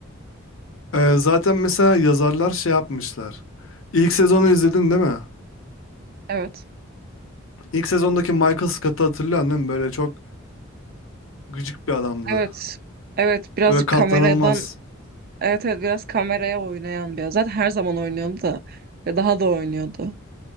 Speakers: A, on the left (about 70°); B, on the right (about 45°).
A: Ee, zaten mesela yazarlar şey yapmışlar. İlk sezonu izledin değil mi?
B: Evet.
A: İlk sezondaki Michael Scott'ı hatırlıyorsun değil mi? Böyle çok gıcık bir adamdı.
B: Evet. Evet birazcık
A: Böyle katlanılmaz.
B: kameradan evet evet biraz kameraya oynayan bir. Zaten her zaman oynuyordu da ve daha da oynuyordu.